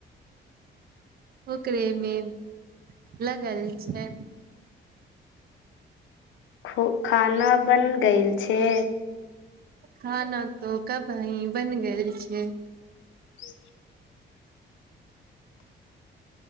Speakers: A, on the right (about 50°); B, on the left (about 75°).
A: ओकरे में लगल छैय।
B: ख खाना बन गेइल छैय?
A: खाना तो कबही बन गेल छैय।
B: <inaudible>